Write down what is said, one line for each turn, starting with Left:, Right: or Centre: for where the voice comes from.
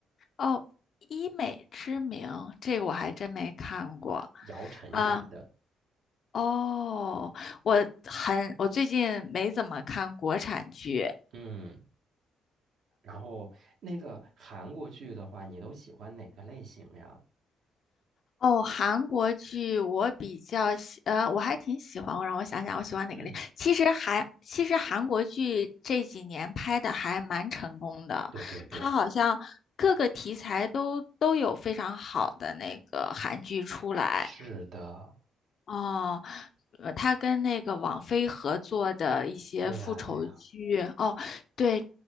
Left: 哦，《医美之名》这个我还真没看过，
Right: 姚晨演的。
Left: 啊、哦，我很，我最近没怎么看国产剧，
Right: 嗯。然后那个韩国剧的话，你都喜欢哪个类型呀？
Left: 哦，韩国剧我比较喜，呃，我还挺喜欢。我让我想想，我喜欢哪个类？
Right: 嗯，
Left: 其实韩，其实韩国剧这几年拍的还蛮成功的，
Right: 对对对，
Left: 它好像各个题材都都有非常好的那个韩剧出来。
Right: 是的，
Left: 哦，呃，它跟那个网飞合作的一些复仇剧，
Right: 对呀对呀，
Left: 哦，对，